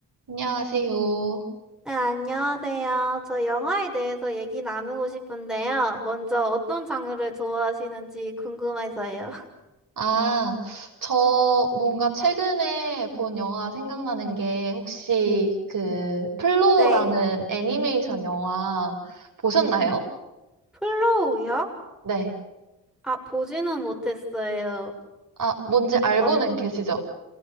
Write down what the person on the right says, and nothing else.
안녕하세요.
아, 저 뭔가 최근에 본 영화 생각나는 게 혹시 그 플로우라는
애니메이션 영화 보셨나요?
네.
아, 뭔지 알고는
계시죠?